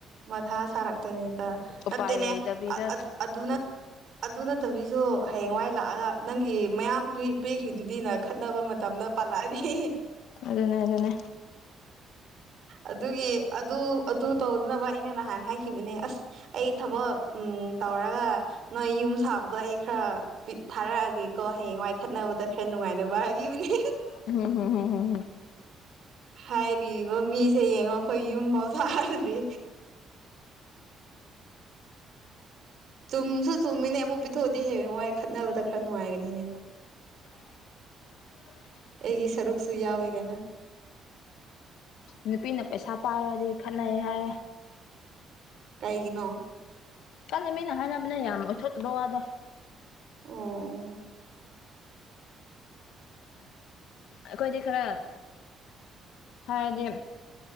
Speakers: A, on the right; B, on the left.
A: ꯃꯊꯥ ꯁꯥꯔꯛꯇꯅꯤꯗ
B: ꯎꯄꯥꯏ
A: ꯅꯠꯇꯦꯅꯦ
B: ꯂꯩꯇꯕꯤꯗ
A: ꯑꯗꯨꯅ ꯑꯗꯨ ꯅꯠꯇꯕꯤꯁꯨ ꯍꯌꯦꯡꯋꯥꯏ ꯂꯥꯛꯑꯒ ꯅꯪꯒꯤ ꯃꯌꯥꯝ ꯄꯤꯈ꯭ꯔꯤꯗꯨꯗꯤꯅ ꯈꯠꯅꯕ ꯃꯇꯝꯗ ꯄꯂꯗꯤ
B: ꯑꯗꯨꯅꯦ ꯑꯗꯨꯅꯦ
A: ꯑꯗꯨꯒꯤ ꯑꯗꯨ ꯑꯗꯨ ꯇꯧꯗꯅꯕ ꯑꯩꯅ ꯅꯍꯥꯟꯅ ꯍꯥꯏꯈꯤꯕꯅꯦ ꯑꯁ ꯑꯩ ꯊꯕꯛ ꯎꯝ ꯇꯧꯔꯒ ꯅꯣꯏ ꯌꯨꯝ ꯁꯥꯕꯗꯣ ꯑꯩ ꯈꯔ ꯊꯥꯔꯛꯑꯒꯦꯀꯣ ꯍꯌꯦꯡ ꯋꯥꯏꯈꯠꯅꯕꯗ ꯈꯔ ꯅꯨꯡꯉꯥꯏꯅꯕ ꯍꯥꯏꯈꯤꯕꯅꯦ
B: ꯎꯝ ꯍ ꯍꯝ
A: ꯍꯥꯏꯔꯤꯕ ꯃꯤꯁꯦ ꯌꯦꯡꯉꯣ ꯑꯩꯈꯣꯏ ꯌꯨꯝꯐꯥꯎ ꯊꯥꯔꯗꯤ ꯆꯨꯝꯁꯨ ꯆꯨꯝꯃꯤꯅꯦ ꯑꯃꯨꯛ ꯄꯤꯊꯣꯛꯑꯗꯤ ꯍꯦ ꯃꯏ ꯈꯠꯅꯕꯗ ꯈꯔ ꯅꯨꯡꯉꯥꯏꯒꯅꯤꯅꯦ
B: <unintelligible>
A: ꯑꯩꯒꯤ ꯁꯔꯨꯛꯁꯨ ꯌꯥꯎꯋꯦꯒꯅ
B: ꯅꯨꯄꯤꯅ ꯄꯩꯁꯥ ꯄꯥꯏꯔꯗꯤ ꯈꯠꯅꯩ ꯍꯥꯏ
A: ꯀꯩꯒꯤꯅꯣ
B: ꯀꯪꯅ ꯃꯤꯅ ꯍꯥꯏꯅꯕꯅ ꯌꯥꯝ ꯑꯣꯏꯊꯣꯛꯇꯕ ꯋꯥꯗꯣ
A: ꯑꯣ ꯑꯣ
B: ꯑꯩꯈꯣꯏꯗꯤ ꯈꯔ ꯍꯥꯏꯔꯗꯤ